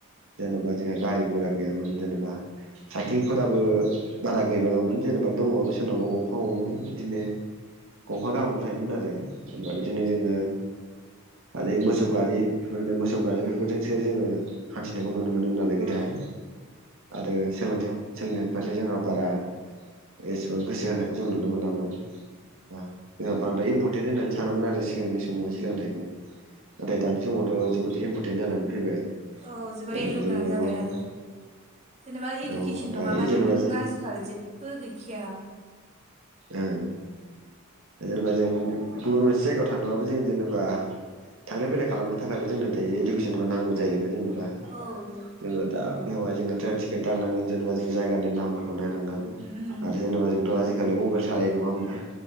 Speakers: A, on the right; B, on the right.
A: जेनेबा जोंहा गारि गुरा गैयामोन जेनेबा साइकेलफोराबो बारा गैबांङामोन जेनेबा दंङबाबो सोरनावबा गंफा गंनै बिदिनो गंफा गाहामल' थायोमोन आरो जेनेबा बिदिनो जोंङो खालि मोसौ गारि बेफोरनो मोसौ गारि बेफोरजोंसो जोंङो हान्थिदों नुनो मोनोमोन नालाय
B: औ
A: गोदोहाय आरो सोलोंथयाव सोलोंथाइनि फारसे जोंहा बारा एसेबां गोसो होनायखौ जों नुनो मोनामोन बा जोंहा बांद्राय इमपरटेन्ट होननानै सानामोन आरो सिगांनि समावहाय सोलोंथाइखौ नाथाय दानि समावथ'
B: औ
A: जोबोद इमपरटेन्ट जानानै फैबाय
B: औ जोबोद
A: जेनेबा
B: भेलु गोनां
A: जों
B: जाबाय
A: माबा
B: आरो जेनेबा इडुकेसन
A: औ दायो
B: नङाबानो
A: जेनेबा
B: नों
A: जों
B: आजिखालि जेबबो गैखाया
A: ओं जेनेबा जों गुबुन मोनसे जायगायाव थांनोबाबो जों जेनेबा थांलाय फैलाय खालामनो थाखायबो जोंनो दायो इडुकेसनखौ नांगौ जायैबाय जेन'बा
B: औ उम
A: जोंङो दा बेवहाय जोङो ट्रेन टिकेट दाननांगोन जेनेबा जों जायगानि नामफोर खौ नायनांगोन
B: उम
A: आरो जेनेबा जोंथ' आजिखालि मबाइल सालायो नङा होमबा